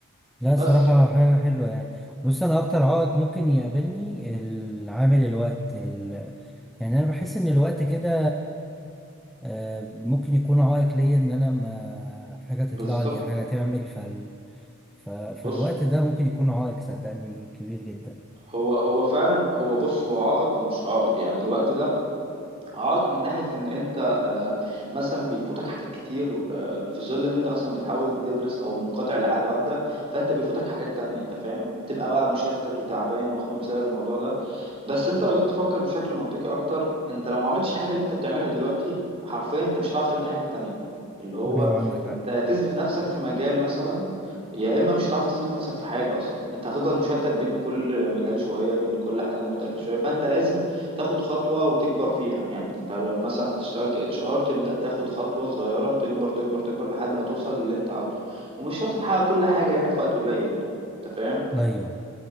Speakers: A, in the centre; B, on the right.
A: لا صراحة
B: بس
A: حاجة حلوة يعني بص انا اكتر عائق ممكن يقابلني العامل الوقت ال... يعني انا بحس ان الوقت كده آه، ممكن يكون عائق ليا ان انا ما حاجة تطلع
B: بالظبط
A: لي حاجة تعمل فال... ف... فالوقت
B: بص
A: ده ممكن يكون عائق صدقني كبير جدا
B: هو هو فعلا هو بص هو عائق ومش عائق يعني الوقت ده عائق من ناحية إن أنت آه، مثلا بيفوتك حاجات كتير آه، في ظل إن أنت مثلا بتحاول تدرس أو منقطع لحاجة واحدة فأنت بيفوتك حاجات تانية أنت فاهم بتبقى بقى مشتت وتعبان ومخنوق بسبب الموضوع ده بس انت لو جيت تفكر بشكل منطقي اكتر انت لو ما عملتش حاجه اللي انت بتعملها دلوقتي حرفيا انت مش هتعرف تعمل اي حاجه تانية اللي هو
A: ايوه عندك
B: انت
A: حق
B: تثبت نفسك في مجال مثلا يا اما مش هتعرف تثبت نفسك في حاجه اصلا انت هتفضل مشتت بين كل مجال شويه بين كل حاجه مختلفه شويه فانت لازم تاخد خطوه وتكبر فيها يعني انت لو مثلا هتشتغل ك اتش ار تبدا تاخد خطوه صغيره تكبر تكبر تكبر لحد ما توصل للي انت عاوزه ومش شرط تحقق كل حاجه يعني في وقت قليل انت فاهم
A: ايوه